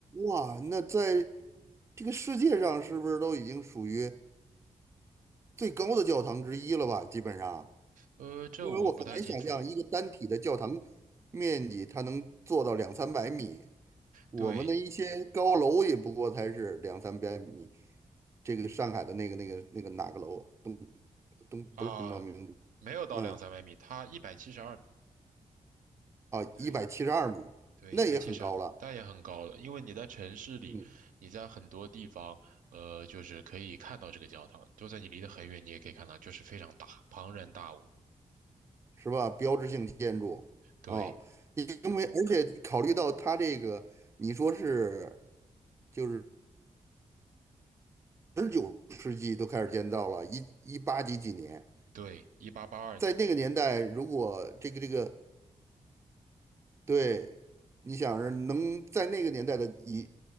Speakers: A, on the right (about 20°); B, on the right (about 80°).
A: 哇，那在这个世界上是不是都已经属于最高的教堂之一了吧？基本上，
B: 呃，这我不太清楚。
A: 因为我很难想象一个单体的教堂面积它能做到两三百米，我们的一些高楼也不过才是两三百米。
B: 对
A: 这个上海的那个那个那个哪个楼东东不是东方明珠，
B: 啊，没有到两三百米，
A: 嗯
B: 它一百七十二米，
A: 啊，
B: 对
A: 一百七十二米，
B: 对，
A: 那也很高了。
B: 一百七十二米，它也很高了。因为你在城市里，
A: 嗯。
B: 你在很多地方，呃，就是可以看到这个教堂，就算你离得很远，你也可以看到，就是非常大，庞然大物。
A: 是吧？标志性建筑啊，
B: 对
A: 因为而且考虑到它这个，你说是就是十九世纪都开始建造了，一一八几几年，
B: 对，一八八二年
A: 在那个年代，如果这个这个对，你想是能在那个年代的一